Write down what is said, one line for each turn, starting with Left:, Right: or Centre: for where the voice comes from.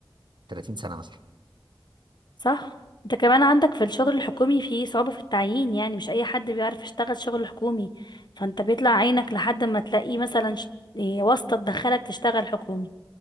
Right: 30 سنة مثلا
Left: صح انت كمان عندك في الشغل الحكومي في صعوبة في التعيين يعني مش اي حد بيعرف يشتغل شغل حكومي فانت بيطلع عينك لحد ما تلاقي مثلا ش- إيه، واسطة تدخلك تشتغل حكومي